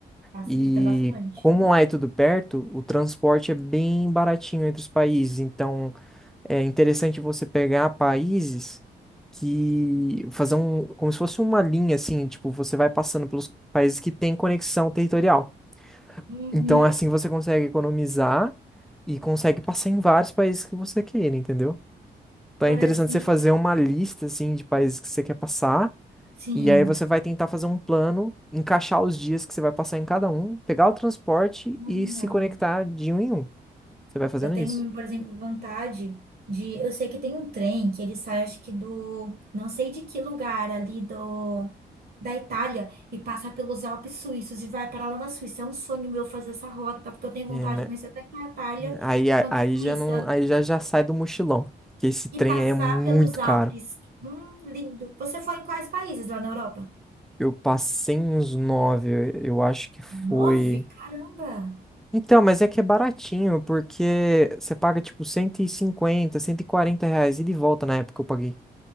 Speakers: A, on the right (about 55°); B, in the centre.
A: facilita
B: E
A: bastante.
B: como lá é tudo perto, o transporte é bem baratinho entre os países, então. É interessante você pegar países que fazer um, como se fosse uma linha assim, tipo, você vai passando pelos países que têm conexão territorial.
A: Uhum.
B: Então, assim você consegue economizar e consegue passar em vários países que você queira, entendeu? Então
A: Por
B: é interessante
A: exemplo,
B: você fazer uma lista assim de países que você quer passar
A: sim.
B: e aí você vai tentar fazer um plano, encaixar os dias que você vai passar em cada um, pegar o transporte
A: Hum.
B: e se conectar de um em um. Você vai fazendo
A: Eu tenho,
B: isso.
A: por exemplo, vontade de. Eu sei que tem um trem que ele sai, acho que do. Não sei de que lugar ali do. Da Itália e passa pelos Alpes suíços e vai parar lá na Suíça. É um sonho meu fazer essa rota, porque eu tenho
B: É,
A: vontade de conhecer tanto a Itália
B: Aí, a-
A: quanto
B: aí
A: a Suíça
B: já não, aí já já sai do mochilão, que esse trem
A: e passar
B: aí é muito
A: pelos Alpes.
B: caro.
A: Hum, lindo. Você foi em quais países lá na Europa?
B: Eu passei uns nove, eu acho que foi.
A: Nove? Caramba!
B: Então, mas é que é baratinho, porque você paga tipo 150, 140 reais ida e de volta na época que eu paguei,